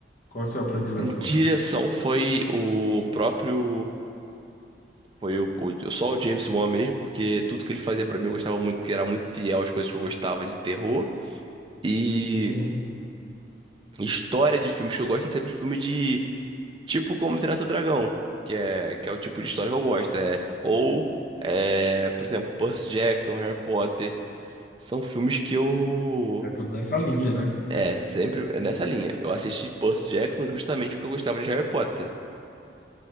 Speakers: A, on the left; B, on the right.
A: Qual a sua predileção?
B: Direção foi o próprio. Foi o, o- só o James Wan mesmo, porque tudo que ele fazia pra mim eu gostava muito, que era muito fiel às coisas que eu gostava de terror. E
A: Uhum.
B: história de filmes que eu gosto é sempre filme de. Tipo Como Treinar Seu Dragão, que é, que é o tipo de história que eu gosto. É, ou, é, por exemplo, Percy Jackson, Harry Potter. São filmes que eu.
A: É tudo nessa linha, né?
B: É, sempre é nessa linha. Eu assisti Percy Jackson justamente porque eu gostava de Harry Potter.